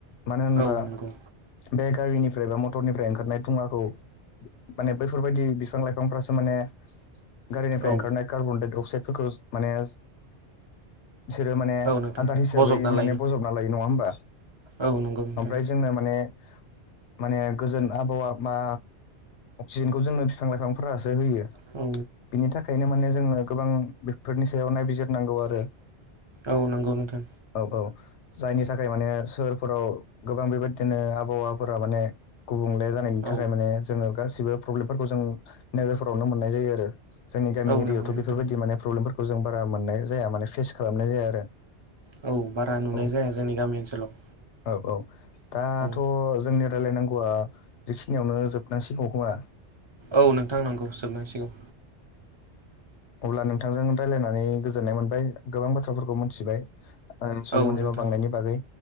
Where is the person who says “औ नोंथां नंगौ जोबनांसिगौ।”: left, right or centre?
Right